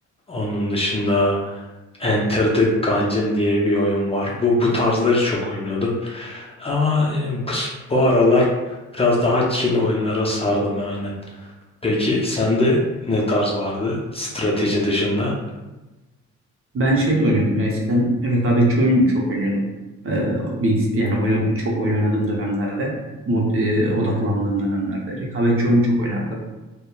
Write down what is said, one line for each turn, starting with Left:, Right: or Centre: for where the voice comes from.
Left: Onun dışında Enter the Gungeon diye bir oyun var. Bu bu tarzları çok oynuyordum. Ama e, bu, bu aralar biraz daha chill oyunlara sardım aynen. Peki sende ne tarz vardı strateji dışında?
Right: Ben şey de oynuyordum ya eskiden rekabetçi oyun çok oynuyordum. Ee, bilgis- yani oyun, çok oyun oynadığım dönemlerde, mod, e, odaklandığım dönemlerde rekabetçi oyun çok oynardım.